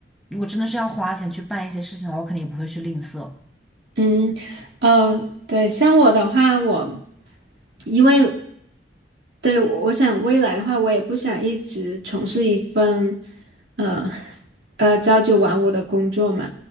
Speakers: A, in the centre; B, on the right.
A: 如果真的是要花钱去办一些事情的话，我肯定也不会去吝啬。
B: 嗯，哦，对，像我的话，我因为对我我想未来的话，我也不想一直从事一份呃呃朝九晚五的工作嘛，